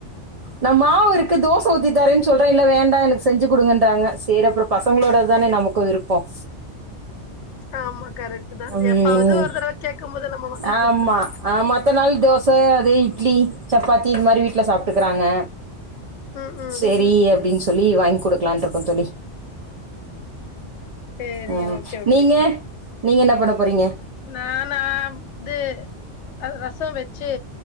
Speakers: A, on the right; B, on the left.
A: நா மாவு இருக்கு தோச ஊத்தித் தாரேன் சொல்றே இல்ல வேண்டா எனக்கு செஞ்சு குடுங்கன்றாங்க சேரி அப்புறம் பசங்களோடத்தானே நமக்கும் விருப்பம்
B: ஆமா கரெக்ட் தா
A: ம்
B: எப்பாவது ஒரு தடவ கேட்கும் போது நம்ம வாங்கி
A: ஆமா
B: குடுத்துர்ணு
A: அ மத்த நாள் தோச அதே இட்லி சப்பாத்தி இது மாரி வீட்ல சாப்ட்டுக்குறாங்க
B: ம் ம்
A: சேரி அப்படின் சொல்லி வாங்கி குடுக்கலானு இருக்கோம் தோழி
B: சேரி
A: ம்
B: ஓகே ஓகே
A: நீங்க நீங்க என்ன பண்ண போறீங்க
B: நானா இது ரசம் வச்சு